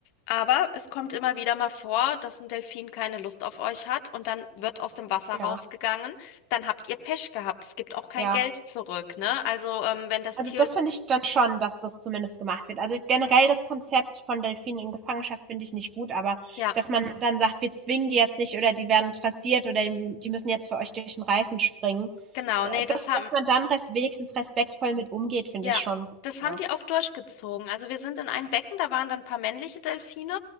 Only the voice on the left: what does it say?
aber es kommt immer wieder mal vor, dass ein Delfin keine Lust auf euch hat und dann wird aus dem Wasser
rausgegangen, dann habt ihr Pech gehabt. Es gibt auch kein
Geld zurück, ne? Also, ähm, wenn das
Tier,
ja,
genau,
nee,
das haben,
Ja,
das
haben die auch durchgezogen. Also wir sind in ein Becken, da waren dann ein paar männliche Delfine